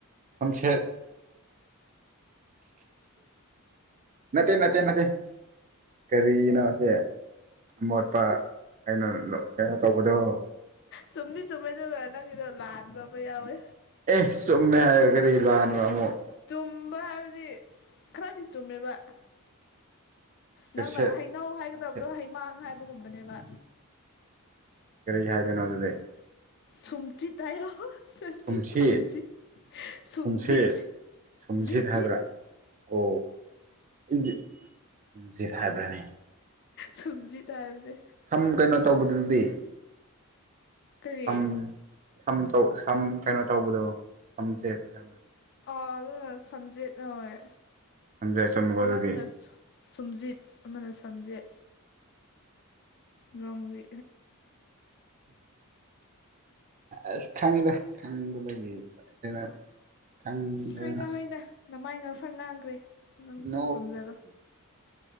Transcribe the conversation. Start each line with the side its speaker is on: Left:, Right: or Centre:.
Right: ꯁꯝꯁꯦꯠ ꯅꯠꯇꯦ ꯅꯠꯇꯦ ꯅꯠꯇꯦ ꯀꯔꯤꯅꯣꯁꯦ ꯑꯃꯣꯠꯄ ꯀꯩꯅꯣ ꯀꯩꯅꯣ ꯇꯧꯕꯗꯣ
Left: ꯆꯨꯝꯗꯤ ꯆꯨꯝꯃꯦ ꯑꯗꯨꯒ ꯅꯪꯒꯤꯗꯣ ꯂꯥꯟꯕ ꯑꯃ ꯌꯥꯎꯋꯦ
Right: ꯑꯦ ꯆꯨꯝꯃꯦ ꯍꯥꯏꯔꯒ ꯀꯔꯤ ꯂꯥꯟꯕ ꯑꯃꯨꯛ
Left: ꯆꯨꯝꯕ ꯍꯥꯏꯕꯗꯤ ꯈꯔꯗꯤ ꯆꯨꯝꯃꯦꯕ
Right: ꯁꯨꯁꯦꯠ
Left: ꯅꯪꯅ ꯍꯩꯅꯧ ꯍꯥꯏꯒꯗꯕꯗꯣ
Right: ꯁꯝꯁꯦꯠ
Left: ꯍꯩꯃꯥꯡ ꯍꯥꯏꯕꯒꯨꯝꯕꯅꯦꯕ
Right: ꯀꯔꯤ ꯍꯥꯏꯗꯣꯏꯅꯣ ꯑꯗꯨꯗꯤ
Left: ꯁꯨꯝꯖꯤꯠ ꯍꯥꯏꯌꯣ ꯁꯝꯗꯤ
Right: ꯁꯨꯝꯁꯤꯠ
Left: ꯁꯝꯖꯤꯠ ꯁꯨꯝꯖꯤꯠ
Right: ꯁꯨꯝꯁꯤꯠ ꯁꯨꯝꯁꯤꯠ
Left: ꯖꯤꯠ
Right: ꯍꯥꯏꯕ꯭ꯔꯥ
Left: ꯖꯤꯠ
Right: ꯑꯣ ꯑꯩꯁꯦ ꯑ ꯁꯨꯝꯖꯤꯔ ꯍꯥꯏꯕ꯭ꯔꯥꯅꯦ
Left: ꯁꯨꯝꯖꯤꯠ ꯇꯥꯏꯕꯅꯦ
Right: ꯁꯝ ꯀꯩꯅꯣ ꯇꯧꯕꯗꯨꯗꯤ
Left: ꯀꯔꯤ
Right: ꯁꯝ ꯁꯝ ꯇꯧ ꯁꯝ ꯀꯩꯅꯣ ꯇꯧꯕꯗꯣ ꯁꯝꯖꯦꯠ ꯍꯥꯏꯕ꯭ꯔꯥ
Left: ꯑ ꯑꯗꯨꯅ ꯁꯝꯖꯦꯠ ꯍꯣꯢ
Right: ꯁꯝꯖꯦꯠ ꯆꯨꯝꯃꯤꯀꯣ
Left: ꯑꯃꯗꯨꯅ
Right: ꯑꯗꯨꯗꯤ
Left: ꯁꯨ ꯁꯨꯝꯖꯤꯠ ꯑꯃꯅ ꯁꯝꯖꯦꯠ ꯅꯣꯡꯕꯤ
Right: ꯑꯁ ꯈꯪꯏꯗ ꯈꯪꯕꯗꯒꯤ ꯈꯔ ꯈꯪꯗ
Left: ꯍꯣꯏꯗ ꯍꯣꯏꯗ ꯅꯃꯥꯏ ꯉꯥꯡꯁꯪ ꯉꯥꯡꯈ꯭ꯔꯦ ꯅꯪ ꯑꯗꯨꯝ
Right: ꯅꯣꯛ
Left: ꯆꯨꯝꯖꯔꯣ